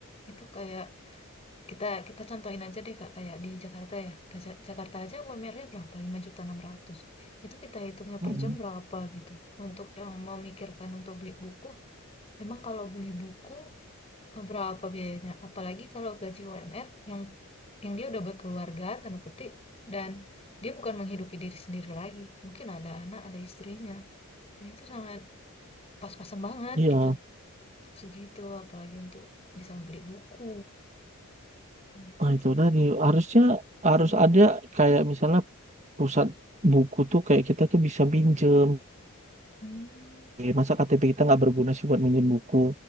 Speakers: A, on the left; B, on the right.
A: Itu kayak Kita kita contohin aja deh Kak kayak di Jakarta ya. Ke Ja- Jakarta aja UMR-nya berapa? lima juta enam ratus Itu kita hitungnya
B: Mm-mm.
A: per jam berapa gitu. Untuk yang memikirkan untuk beli buku, memang kalau beli buku eh, berapa biayanya? Apalagi kalau gaji UMR yang yang dia udah berkeluarga tanda petik dan dia bukan menghidupi diri sendiri lagi. Mungkin ada anak, ada istrinya. Dan itu sangat pas-pasan banget
B: Iya,
A: gitu. Untuk segitu apalagi untuk bisa beli buku. Itu
B: nah itu
A: sih.
B: tadi harusnya harus
A: Hmm.
B: ada kayak misalnya pusat buku tuh kayak kita tuh bisa pinjem
A: Hmm.
B: Iya, Masa KTP kita nggak berguna sih buat minjem buku?